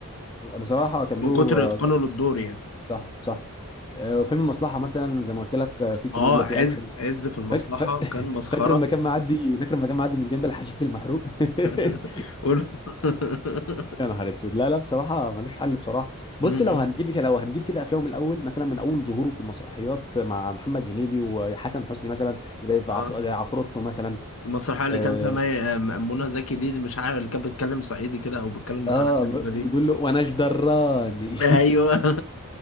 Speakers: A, on the left; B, on the left.
A: بصراحه كان
B: من
A: دوره
B: كتر اتقانه
A: آه،
B: للدور يعني
A: صح صح آه، وفيلم المصلحه مثلا زي ما قلت لك آه، في كوميديا
B: اه عز
A: في اكشن
B: عز في المصلحة
A: فاك... ف...
B: كان
A: <laughs>
B: مسخرة
A: فاكر لما كان معدي فاكر لما كان معدي من جنب الحشيش المحروق
B: <laughs>
A: <laughs>
B: قول <laughs>
A: يا نهار اسود لا لا بصراحه ملوش حل بصراحه بص
B: م-م.
A: لو هنجيب كده لو هنجيب كده افلامه من الاول مثلا من اول ظهوره في المسرحيات مع محمد هنيدي وحسن حسني مثلا زي في
B: اه
A: عف... زي عفروتو مثلا
B: المسرحية اللي
A: اه,
B: كان فيها مي... آه، منى زكي دي اللي مش عارف اللي كانت بتتكلم صعيدي كده او بتتكلم بطريقة
A: آه
B: غريبة
A: ب-
B: دي
A: بتقول له وانا جدراني
B: ايوه <laughs>